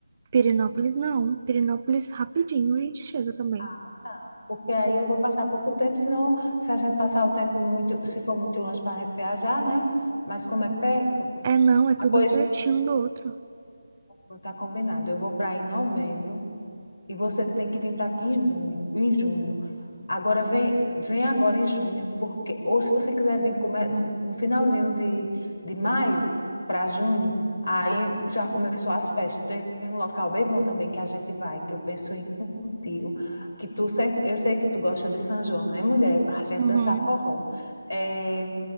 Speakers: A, on the right; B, on the left.
A: Pirenópolis não, Pirenópolis rapidinho a gente chega também.
B: Ah, tá. Porque aí eu vou passar pouco tempo, senão, se a gente passar o tempo muito, se for muito longe para a gente viajar, né? Mas como é perto,
A: É não, é tudo
B: ah, pois,
A: um pertinho do outro.
B: não tá combinado. Eu vou para aí em novembro, E você tem que vir para aqui em junho, em junho. Agora vem, vem agora em junho, porque ou se você quiser vir come- no, no finalzinho de, de maio para junho, aí já começou as festas. Tem um local bem bom também que a gente vai, que eu penso em ir contigo, que tu sempre, eu sei que tu gosta de São João, né, mulher? Para a gente
A: Uhum.
B: dançar forró. É,